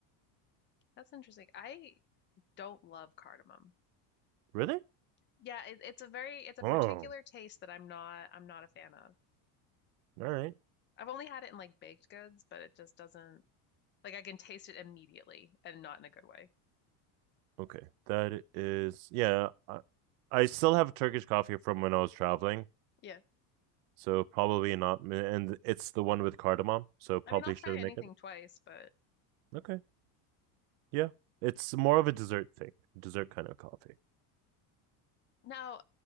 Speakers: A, on the left; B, on the right.
A: That's interesting. I don't love cardamom.
B: really
A: Yeah, it, it's a very it's a
B: oh
A: particular
B: all
A: taste that I'm not I'm not a fan of.
B: right
A: I've only had it in like baked goods, but it just doesn't like I can taste it immediately and not in a good way.
B: okay that is yeah I, I still have turkish coffee from when i was traveling
A: Yeah.
B: so probably not and it's the one with cardamom so probably
A: I mean, I'll try
B: shouldn't
A: anything
B: make it
A: twice, but
B: okay yeah it's more of a dessert thing dessert kind of coffee
A: Now,